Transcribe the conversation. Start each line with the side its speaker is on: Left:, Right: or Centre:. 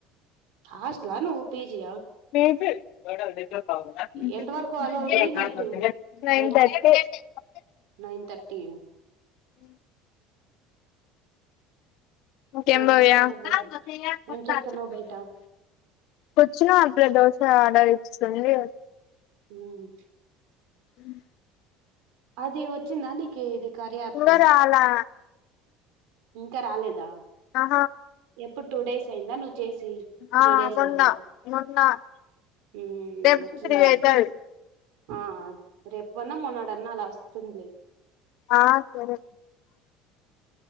Right: హాస్టలా నువ్వు పీ జి యా
Left: లేదు
Right: ఎంత వరకు
Left: నేను
Right: అలో ఉంది నైట్ బయటికి
Left: <unintelligible>
Right: నైన్ థర్టీ
Left: ఇంకేం
Right: ఏం
Left: <unintelligible>
Right: చేస్తానో బయట ఏం చేస్తానో బయట
Left: వచ్చినారు <unintelligible> <unintelligible> సంధి
Right: హ్మ్మ్
Left: మ్మ్
Right: అదే వచ్చందనికి ఇది కార్య యాపూ
Left: ఇంకా రాలా
Right: ఇంకా రాలేదా
Left: ఆ
Right: ఎప్పుడు టూ డేస్ అయిందా నువ్వు చేసి త్రీ
Left: ఆ
Right: డేస్
Left: మొన్న
Right: అయిందా
Left: మొన్న
Right: హ్మ్మ్
Left: రేపు
Right: వచ్చిందలి
Left: త్రీ అయితది
Right: ఆ రేపు అన్నా మూన్నాడు అన్నా లాస్ట్. తునలే
Left: ఆ సరే